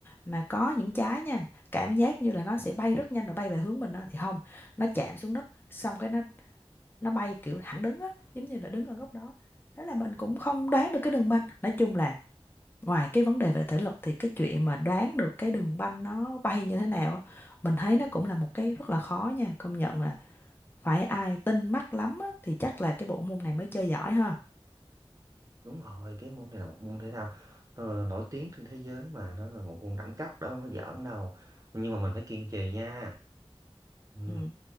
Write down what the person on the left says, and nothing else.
mà có những trái nha cảm giác như là nó sẽ bay rất nhanh rồi bay về hướng mình đó thì không nó chạm xuống đất xong cái nó nó bay kiểu thẳng đứng á giống như là đứng ở góc đó thế là mình cũng không đoán được cái đường banh nói chung là ngoài cái vấn đề về thể lực thì cái chuyện mà đoán được cái đường banh nó bay như thế nào á mình thấy nó cũng là một cái rất là khó nha công nhận là phải ai tinh mắt lắm á, thì chắc là cái bộ môn này mới chơi giỏi ha
ừ.